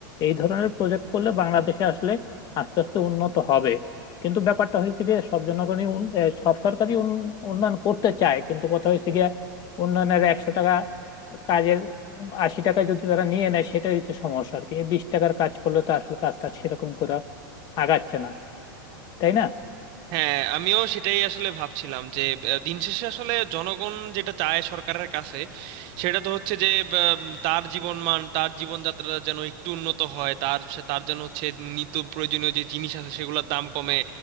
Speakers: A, on the left; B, on the right.
A: এই ধরনের প্রজেক্ট করলে বাংলাদেশে আসলে আস্তে আস্তে উন্নত হবে কিন্তু ব্যাপারটা হয়েছে গিয়ে সব জনগণই উন- এ, সব সরকারই উন- উন্নয়ন করতে চায় কিন্তু কথা হয়েছে গিয়ে উন্নয়নের একশো টাকা কাজের আশি টাকা যদি তারা নিয়ে নেয় সেটাই হচ্ছে সমস্যা আর কি বিশ টাকার কাজ করলে তো আসলে কাজটা সেরকম করে আগাচ্ছে না তাই না
B: হ্যাঁ আমিও সেটাই আসলে ভাবছিলাম যে আহ, দিন শেষে আসলে জনগণ যেটা চায় সরকারের কাছে সেটা তো হচ্ছে যে আহ, উম, তার জীবনমান তার জীবনযাত্রা যেন একটু উন্নত হয় তার সে- তার যেন হচ্ছে নিত্য প্রয়োজনীয় যে জিনিস আছে সেগুলোর দাম কমে